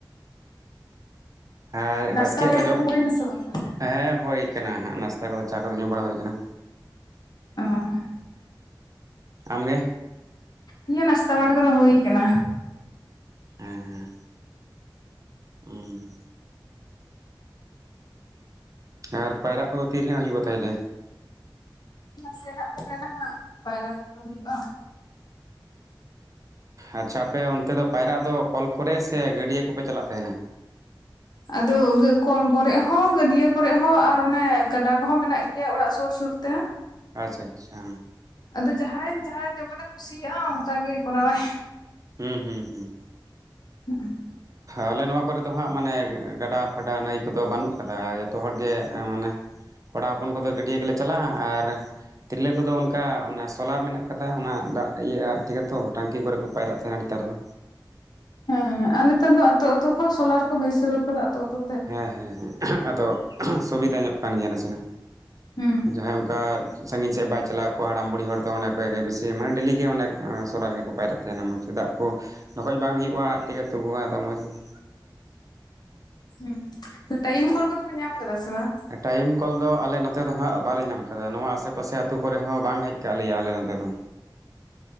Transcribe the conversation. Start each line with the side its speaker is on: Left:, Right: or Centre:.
Right: ᱦᱮᱸ
Left: ᱱᱟᱥᱛᱟ
Right: ᱵᱟᱥᱠᱮᱭᱟᱜ
Left: ᱵᱟᱲᱟ
Right: ᱠᱚ
Left: ᱠᱚᱫᱚ
Right: ᱡᱚᱢ
Left: ᱦᱩᱭᱱᱟ ᱥᱮ ᱵᱟᱝ ᱛᱟᱦᱚᱞᱮ
Right: ᱦᱮᱸ ᱦᱩᱭ ᱠᱟᱱᱟ ᱦᱟᱸᱜ ᱱᱟᱥᱛᱟ ᱠᱚᱫᱚ ᱪᱟ ᱠᱚᱫᱚ ᱧᱩ ᱵᱟᱲᱟ ᱦᱩᱭ ᱠᱟᱱᱟ᱾
Left: ᱚ
Right: ᱟᱢ ᱜᱮ?
Left: ᱱᱤᱭᱟᱹ ᱱᱟᱥᱛᱟ ᱵᱟᱲᱟ ᱠᱚᱫᱚ ᱦᱳᱭ ᱠᱟᱱᱟ᱾
Right: ᱦᱮᱸ ᱦᱮᱸ᱾ ᱩᱸ ᱟᱨ ᱯᱟᱭᱨᱟᱜ ᱠᱚᱫᱚ ᱛᱤᱨᱮ ᱦᱟᱸᱜ ᱦᱩᱭᱩᱜᱼᱟ ᱛᱟᱦᱚᱞᱮ?
Left: ᱱᱟᱥᱮᱱᱟᱜ ᱯᱚᱨᱮ ᱱᱟᱦᱟᱜ ᱯᱟᱭᱨᱟ ᱠᱚᱫᱚ ᱦᱩᱭᱩᱜᱼᱟ᱾
Right: ᱟᱪᱪᱷᱟ, ᱟᱯᱮ ᱚᱱᱛᱮ ᱫᱚ ᱯᱟᱭᱨᱟᱜ ᱫᱚ ᱠᱚᱞ ᱠᱚᱨᱮ ᱥᱮ ᱜᱟᱹᱰᱭᱟᱹ ᱠᱚᱯᱮ ᱪᱟᱞᱟᱜ ᱛᱟᱦᱮᱱᱟ?
Left: ᱟᱫᱚ ᱠᱚᱞ ᱠᱚᱨᱮ ᱦᱚᱸ ᱜᱟᱹᱰᱭᱟᱹ ᱠᱚᱨᱮ ᱦᱚᱸ ᱟᱨ ᱚᱱᱮ ᱜᱟᱰᱟ ᱠᱚᱦᱚᱸ ᱢᱮᱱᱟᱜ ᱜᱮᱭᱟ ᱚᱲᱟᱜ ᱥᱩᱨ ᱥᱩᱨ ᱛᱮ
Right: ᱟᱪᱪᱷᱟ ᱟᱪᱪᱷᱟ᱾
Left: ᱟᱫᱚ ᱡᱟᱦᱟᱸᱭ ᱡᱟᱦᱟᱸᱭ ᱡᱮᱢᱚᱱ ᱮ ᱠᱩᱥᱤᱭᱟᱜᱼᱟ ᱚᱱᱠᱟᱜᱮ ᱠᱚᱨᱟᱣᱼᱟᱭ᱾
Right: ᱦᱩᱸ ᱦᱩᱸ ᱦᱩᱸ᱾
Left: <unintelligible>
Right: ᱟᱞᱮ ᱱᱚᱣᱟ ᱠᱚᱨᱮ ᱫᱚ ᱦᱟᱸᱜ ᱢᱟᱱᱮ ᱜᱟᱰᱟ ᱯᱷᱟᱰᱟ ᱱᱟᱹᱭ ᱠᱚᱫᱚ ᱵᱟᱹᱱᱩᱜ ᱠᱟᱫᱟ ᱡᱚᱛᱚ ᱦᱚᱲᱜᱮ ᱢᱟᱱᱮ ᱠᱚᱲᱟ ᱦᱚᱯᱚᱱ ᱠᱚᱫᱚ ᱜᱟᱹᱰᱭᱟᱹ ᱜᱮᱞᱮ ᱪᱟᱞᱟᱜᱼᱟ ᱟᱨ ᱛᱤᱨᱞᱟᱹ ᱠᱚᱫᱚ ᱚᱱᱠᱟ ᱚᱱᱟ ᱥᱳᱞᱟᱨ ᱢᱮᱱᱟᱜ ᱠᱟᱫᱟ ᱚᱱᱟ ᱫᱟᱜ ᱤᱭᱟᱹ ᱟᱡ ᱛᱮᱜᱮᱛᱚ ᱴᱟᱝᱠᱤ ᱠᱚᱨᱮ ᱠᱚ ᱯᱟᱭᱨᱟᱜ ᱛᱟᱦᱮᱸᱱᱟ ᱱᱮᱛᱟᱨ ᱫᱚ᱾
Left: ᱦᱮᱸ ᱟᱨ ᱱᱤᱛᱟᱨ ᱫᱚ ᱟᱹᱛᱳ ᱟᱹᱛᱳ ᱦᱚᱸ ᱥᱳᱞᱟᱨ ᱠᱚ ᱵᱟᱹᱭᱥᱟᱹᱣ ᱟᱠᱟᱫᱟ ᱟᱹᱛᱳ ᱟᱹᱛᱳ᱾
Right: ᱦᱮᱸ ᱦᱮᱸ ᱦᱮᱸ ᱟᱫᱚ ᱥᱩᱵᱤᱫᱟ ᱧᱚᱜ ᱠᱟᱱ ᱜᱮᱭᱟ ᱱᱟᱥᱮᱱᱟᱜ
Left: ᱦᱩᱸ
Right: ᱡᱟᱦᱟᱸᱭ ᱚᱱᱠᱟ ᱥᱟᱺᱜᱤᱧ ᱥᱮᱫ ᱵᱟᱭ ᱪᱟᱞᱟᱣ ᱠᱚᱜ ᱟ ᱦᱟᱲᱟᱢ ᱵᱩᱲᱦᱤ ᱫᱚ ᱚᱸᱰᱮ ᱠᱷᱚᱡᱟᱜ ᱜᱮ ᱵᱤᱥᱤ ᱢᱟᱱᱮ ᱰᱮᱞᱤ ᱜᱮ ᱚᱸᱰᱮ ᱥᱚᱞᱟᱨ ᱨᱮᱜᱮ ᱠᱚ ᱯᱟᱭᱨᱟᱜ ᱛᱟᱦᱮᱱᱟ ᱢᱚᱸᱡᱽ ᱫᱟᱜ ᱠᱚ ᱰᱷᱮᱠᱚᱡ ᱵᱟᱝ ᱦᱩᱭᱩᱜᱼᱟ ᱟᱡ ᱛᱮᱜᱮ ᱛᱩᱫᱩᱜ ᱟᱫᱚ ᱢᱚᱸᱡᱽ ᱜᱮ, <unintelligible>
Left: ᱦᱩᱸ, ᱴᱟᱭᱤᱢ ᱠᱚᱞ ᱠᱚᱫᱚ ᱯᱮ ᱧᱟᱢ ᱠᱟᱫᱟ ᱥᱮ ᱵᱟᱝ?
Right: ᱴᱟᱭᱤᱢ ᱠᱚᱞ ᱫᱚ ᱟᱞᱮ ᱱᱚᱛᱮ ᱫᱚ ᱦᱟᱸᱜ ᱵᱟᱞᱮ ᱧᱟᱢ ᱠᱟᱫᱟ ᱱᱚᱣᱟ ᱟᱥᱮ ᱯᱟᱥᱮ ᱟᱹᱛᱩ ᱠᱚᱨᱮ ᱦᱚᱸ ᱵᱟᱝ ᱦᱮᱡ ᱠᱟᱜ ᱞᱮᱭᱟ ᱟᱞᱮ ᱱᱚᱛᱮ ᱫᱚ᱾